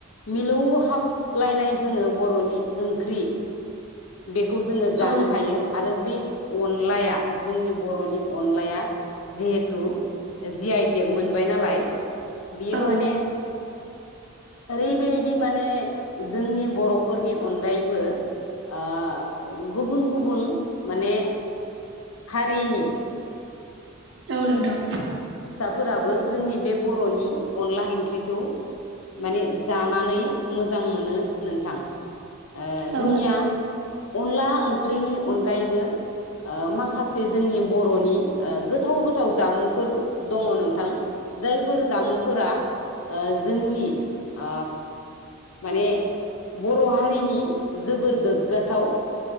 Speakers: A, on the left; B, on the right.
A: मिलौ हाबलायनाय जोङो बर'नि ओंख्रि बेखौ जोङो जानो
B: औ नोंथां
A: हायो आरो बे अनलाया जोंनि बर'नि अनलाया जिहेथु जि आइ टेक मोनबाय नालाय बियो
B: औ
A: माने ओरै बैबायदि माने जोंनि बर'फोरनि अनगायैबो ओ गुबुन गुबुन माने हारिनि
B: औ नोंथां
A: फोराबो जोंनि बे बर'नि अनला इंख्रिखौ माने जानानै मोजां मोनो नोंथां ओ जोंनिया
B: औ
A: अनला ओंख्रिनि अनगायैबो ओ माखासे जोंनि बर'नि गोथाव गोथाव जामुंफोर दङ नोंथां जायफोर जामुंफोरा जोंनि आ माने बर' हारिनि जोबोर गोग्गाथाव